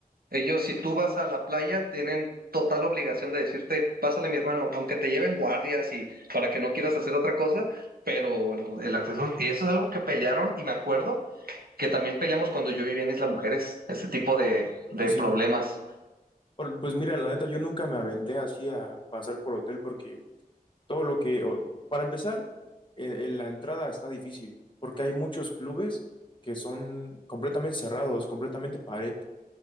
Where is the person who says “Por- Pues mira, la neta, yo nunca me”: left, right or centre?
Left